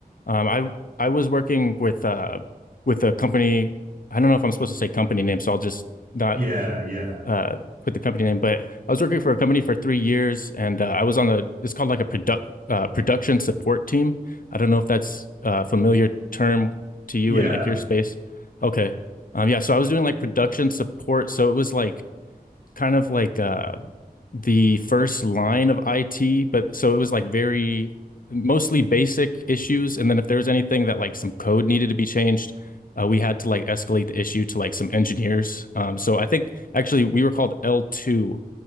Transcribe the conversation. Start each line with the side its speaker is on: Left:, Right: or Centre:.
Left: Um, I I was working with uh with a company. I don't know if I'm supposed to say company name, so I'll just not.
Right: Yeah, yeah,
Left: uh, put the company name, but I was working for a company for three years, and uh, I was on a it's called like a product uh, production support team. I don't know if that's a familiar term to you
Right: yeah.
Left: in like your space. Okay, um, yeah. So I was doing like production support, so it was like kind of like uh the first line of IT, but so it was like very mostly basic issues. And then if there was anything that like some code needed to be changed, uh, we had to like escalate the issue to like some engineers. Um, so I think actually we were called L2.